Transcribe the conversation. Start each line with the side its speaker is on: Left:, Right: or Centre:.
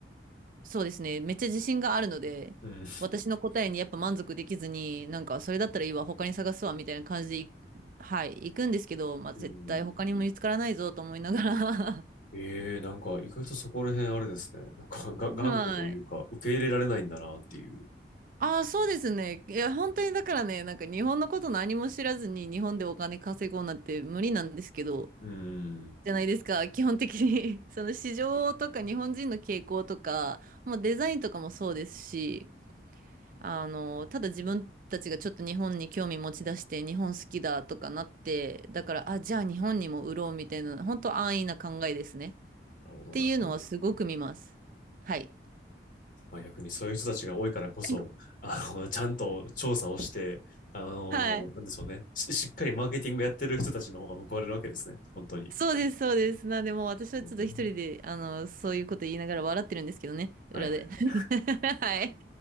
Right: そうですね。めっちゃ自信があるので、
Left: うん。
Right: 私の答えにやっぱ満足できずに、なんかそれだったらいいわ、他に探すわ、みたいな感じでい、はい、行くんですけど、まあ絶対他にも見つからないぞと思いながら
Left: うんええ、なんか意外とそこら辺あれですね。なんかが頑固というか、
Right: <laughs> はい。
Left: 受け入れられないんだなっていう。
Right: ああ、そうですね。いや、本当にだからね、なんか日本のこと何も知らずに日本でお金稼ごうなんて無理なんですけど、
Left: うーん。
Right: じゃないですか、基本的に <laughs> その市場とか日本人の傾向とか、もうデザインとかもそうですし、あの、ただ自分たちがちょっと日本に興味持ち出して、日本好きだとかなって、だから、あ、じゃあ日本にも売ろうみたいな、本当安易な考えですね。
Left: なるほどな。
Right: っていうのはすごく見ます。はい。
Left: まあ逆にそういう人たちが多いからこそ、
Right: <laughs>
Left: あの、ちゃんと調査をして、あの、
Right: はい。
Left: なんでしょうね。し、しっかりマーケティングやってる人たちの方が報われるわけですね。本当に。
Right: そうです、そうです。なんで、もう私はちょっと一人で、
Left: はいな
Right: あの、そういうこと言いながら笑ってるんですけどね、裏で。
Left: はいはいはい。
Right: <laughs>
Left: ま
Right: はい。